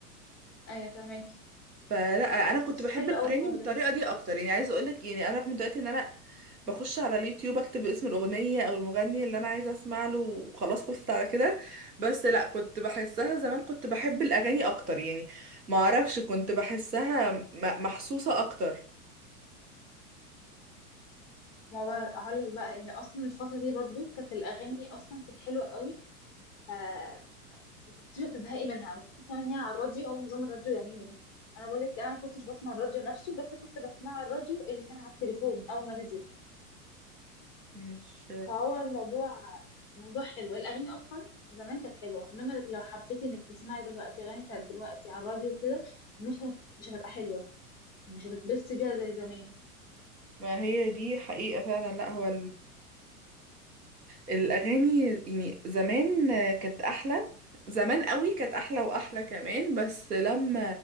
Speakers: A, on the left; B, on the right.
A: ايوه فاهمك
B: فلا انا كنت
A: بس
B: بحب
A: حلو
B: الاغاني
A: قوي الحوار
B: بالطريقه
A: ده
B: دي اكتر يعني عايزه اقول لك يعني انا رغم دلوقتي ان انا بخش على اليوتيوب اكتب اسم الاغنيه او المغني اللي انا عايزه اسمع له وخلاص خلصت على كده بس لا كنت بحسها زمان كنت بحب الاغاني اكتر يعني ما اعرفش كنت بحسها م- محسوسه اكتر
A: ما هو بقى هقول لك بقى ان اصلا الفتره دي برضو كانت الاغاني اصلا كانت حلوه قوي فما كنتش هتزهقي منها وفي كمان هي على الراديو هو نظام الراديو يمين انا بقول لك انا ما كنتش بسمع الراديو نفسه بس كنت بسمع الراديو اللي كان على التليفون اول ما نزل
B: مش
A: فهو الموضوع موضوع حلو الأغاني أصلا زمان كانت حلوة إنما لو حبيتي إنك تسمعي دلوقتي أغاني بتاعت دلوقتي على الراديو وكده مش هت... مش هتبقى حلوة مش هتتبسطي بيها زي زمان
B: ما هي دي حقيقه فعلا لا هو الأغاني يعني زمان كانت أحلى زمان قوي كانت أحلى وأحلى كمان بس لما